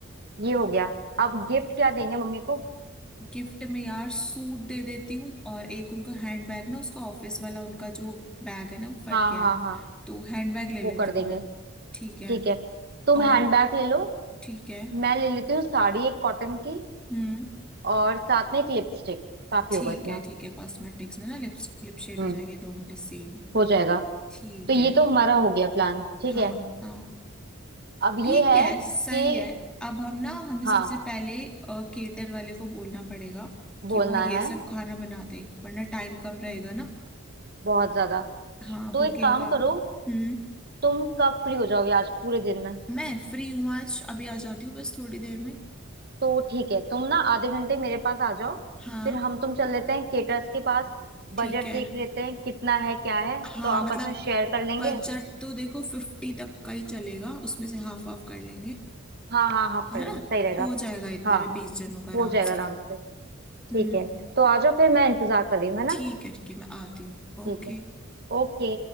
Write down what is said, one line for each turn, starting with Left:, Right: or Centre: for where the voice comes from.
Right: ये हो गया अब गिफ्ट क्या देंगे मम्मी को
Centre: गिफ्ट में यार सूट दे देती हूँ और एक उनको हैंड बैग ना उसका ऑफिस वाला उनका जो बैग है ना वो फट
Right: हाँ
Centre: गया
Right: हाँ
Centre: है
Right: हाँ
Centre: तो हैंड बैग ले लेती
Right: वो कर
Centre: हूँ
Right: देंगे
Centre: मैं ठीक है
Right: ठीक है तुम
Centre: और
Right: हैंडबैग ले लो
Centre: ठीक है
Right: मैं ले लेती हूँ साड़ी एक कॉटन की
Centre: हम्म
Right: और साथ में एक लिपस्टिक काफी
Centre: ठीक
Right: होगा इतना
Centre: है ठीक है कॉस्मेटिक्स में ना लिप्स लिप शेड
Right: हम्म
Centre: हो जाएंगे दोनों के सेम
Right: हो जाएगा
Centre: ठीक
Right: तो ये
Centre: है
Right: तो हमारा हो गया प्लान ठीक
Centre: हाँ
Right: है
Centre: हाँ
Right: अब
Centre: ठीक
Right: ये है
Centre: है सही
Right: कि
Centre: है अब हम ना हमें सबसे
Right: हाँ
Centre: पहले केटर वाले को बोलना पड़ेगा
Right: बोलना
Centre: कि वो ये
Right: है
Centre: सब खाना बना दे वरना टाइम कम रहेगा ना
Right: बहुत ज्यादा
Centre: हाँ
Right: तो
Centre: बुकिंग
Right: एक काम
Centre: का हम्म
Right: करो तुम कब फ्री हो जाओगे आज पूरे दिन में
Centre: मैं फ्री हूँ आज अभी आ जाती हूँ बस थोड़ी देर में
Right: तो ठीक है तुम ना आधे घंटे मेरे पास आ जाओ
Centre: हाँ
Right: फिर हम तुम चल लेते हैं केटर्स के पास बजट
Centre: ठीक है
Right: देख लेते हैं कितना है क्या है
Centre: हाँ
Right: तो
Centre: मतलब
Right: आपस में शेयर कर लेंगे
Centre: बजट तो देखो फिफ्टी तक का ही चलेगा उसमें से हाफ हाफ कर लेंगे
Right: हाँ हाँ हाफ
Centre: है
Right: कर
Centre: ना
Right: लेंगे सही रहेगा
Centre: हो जाएगा इतने
Right: हाँ
Centre: में बीस जनों का आराम
Right: हो जाएगा
Centre: से
Right: आराम से ठीक
Centre: हम्म
Right: है तो आ जाओ फिर मैं इंतजार कर रही हूँ है ना
Centre: ठीक है ठीक है मैं आती हूँ
Right: ठीक
Centre: ओके
Right: है ओके